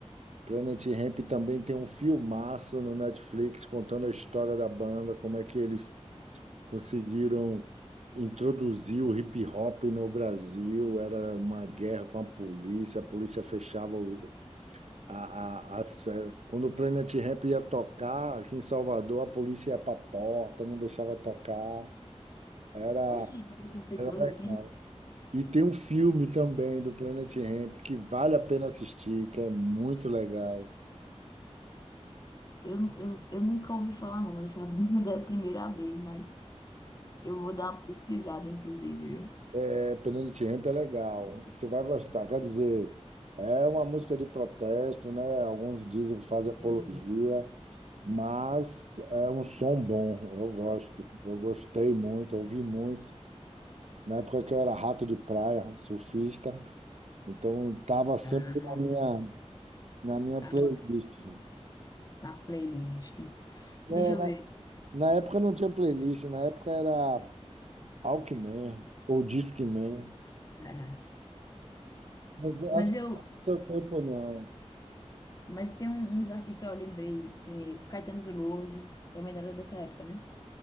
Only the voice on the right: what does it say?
Planet Hemp também tem um filmaço no Netflix contando a história da banda, como é que eles conseguiram introduzir o hip hop no Brasil. Era uma guerra com a polícia, a polícia fechava o- a, a- as festas. Quando o Planet Hemp ia tocar aqui em Salvador, a polícia ia para a porta, não deixava tocar. Era,
era legal.
E tem um filme também do Planet Hemp que vale a pena assistir, que é muito legal.
É, Penalty Ramp é legal, você vai gostar. Quer dizer, é uma música de protesto, né? Alguns dizem que fazem apologia,
mas é um som bom, eu gosto. Eu gostei muito, ouvi muito. Na época que eu era rato de praia, surfista, então estava sempre
na minha, na minha
playlist.
É,
na,
na época não tinha playlist, na época era Walkman ou Discman.
Mas eu
acho que
não é do seu tempo, não.